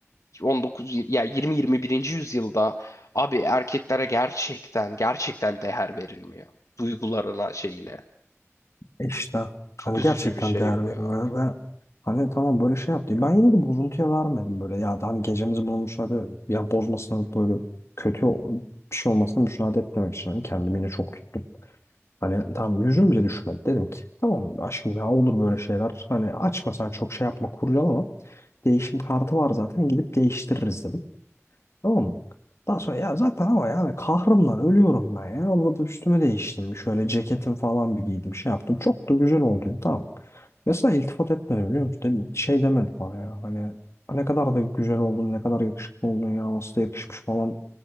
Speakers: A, on the left (about 80°); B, on the left (about 60°).
A: 19 yir- ya 20 21. yüzyılda abi erkeklere gerçekten gerçekten değer verilmiyor. Duygularına şeyine.
B: E İşte
A: Çok
B: hani
A: üzücü
B: gerçekten
A: bir şey
B: değer
A: bu
B: verilmiyor
A: ya.
B: ve hani tamam böyle şey yaptı. Ben yine de bozuntuya vermedim böyle. Ya da hani gecemizi bulmuşlar ve ya bozmasına böyle kötü bir şey olmasına müsaade etmemek için hani kendimi yine çok tuttum. Hani tamam yüzüm bile düşmedi. Dedim ki tamam aşkım ya olur böyle şeyler. Hani açma sen çok şey yapma kurcalama. Değişim kartı var zaten gidip değiştiririz dedim. Tamam mı? Daha sonra ya zaten ama yani kahrımdan ölüyorum ben ya. Abla da üstüme değiştim. bir Şöyle ceketim falan bir giydim. Şey yaptım. Çok da güzel oldum. Tamam. Mesela iltifat etmedi biliyor musun? Dedi- şey demedi bana ya. Hani ne kadar da güzel oldun. Ne kadar yakışıklı oldun ya. Nasıl da yakışmış falan